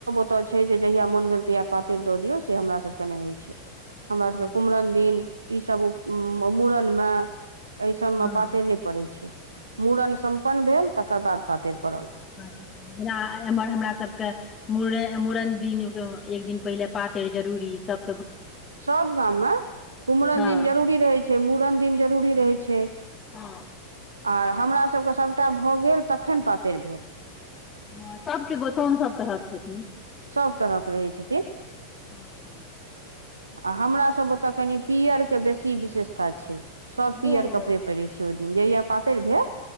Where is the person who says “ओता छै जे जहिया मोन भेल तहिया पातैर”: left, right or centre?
Right